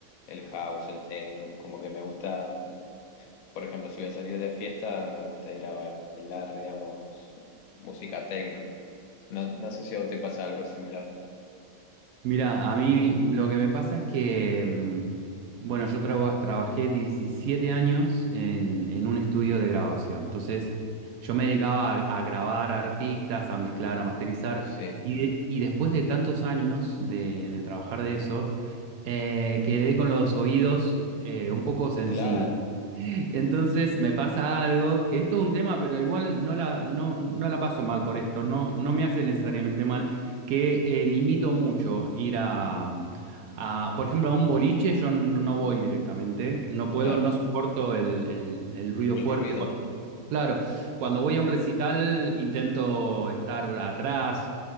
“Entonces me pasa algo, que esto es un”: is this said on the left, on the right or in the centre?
Right